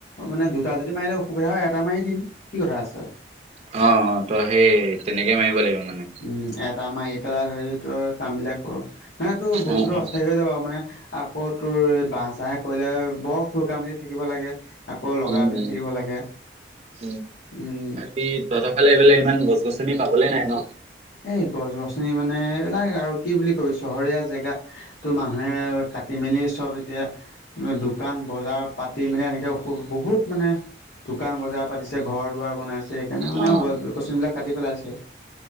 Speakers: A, on the left (about 65°); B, on the right (about 35°).
A: মানে দুটা যদি মাৰিলে অসুবিধা হয় এটা মাৰি দিম কি কথা আছে
B: অ অ তই সেই তেনেকে মাৰিব লাগিব মানে।
A: উম এটা মাৰি পেলাই ধৰি তই কাম বিলাক কৰ মানে তোৰ বস্তুটো
B: উম উম।
A: অস্থায়ী হৈ যাব মানে আকৌ তোৰ এই বাহ চাহে কৰিলে বৰ খুৰকা মেলি থাকিব লাগে আকৌ লগাই
B: উম
A: মেলি থাকিব লাগে
B: উম
A: উম
B: বাকী তহত ফালে এই <unintelligible> ইমান গছ গছনি পাবলে নাই ন
A: এই গছ গছনি মানে এইবিলাক আৰু কি বুলি কবি চহৰীয়া জেগাত তো মানুহে কাটি মেলি চব এতিয়া দোকান বজাৰ পাতি মেলি এনেকে বহুত মানে। দোকান বজাৰ পাতিছে ঘৰ দুৱাৰ বনাই আছে সেইকাৰণে মানে
B: অ অ।
A: গছ গছন বিিলাক কাটি পেলাইছে।